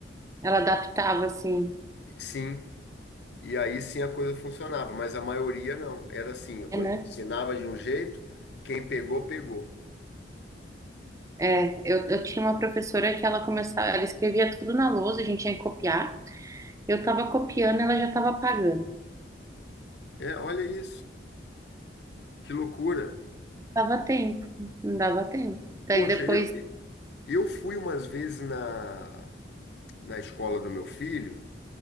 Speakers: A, on the right; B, on the left.
A: Ela adaptava, assim,
B: Sim. E aí sim a coisa funcionava, mas a maioria não. Era assim, eu
A: é, né?
B: ensinava de um jeito, quem pegou, pegou.
A: É, eu, eu tinha uma professora que ela começava, ela escrevia tudo na lousa, a gente tinha que copiar. Eu tava copiando, ela já tava apagando.
B: É, olha isso, que loucura.
A: Dava tempo, não dava tempo. Daí
B: Poxa,
A: depois,
B: eu, eu fui umas vezes na, na escola do meu filho,